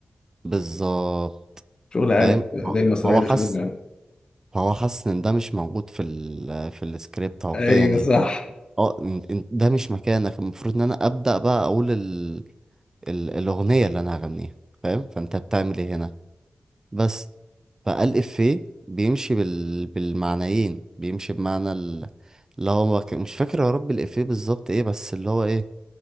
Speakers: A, on the right; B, on the left.
A: بالظبط
B: شغل عالي
A: فاهم
B: الاداء المسرحي
A: هو
B: ده
A: حاسس
B: شغل عالي
A: هو حاسس إن ده مش موجود في ال في السكريبت أو
B: ايوه
A: كده يعني
B: صح
A: اه إن- إن ده مش مكانك المفروض إن أنا أبدأ بقى أقول ال ال الأغنية اللي أنا هغنيها فاهم فأنت بتعمل إيه هنا بس فقال إفيه بيمشي بال... بالمعنيين بيمشي بمعنى ال- اللي هو ك- مش فاكر يا رب الإفيه بالظبط إيه بس اللي هو إيه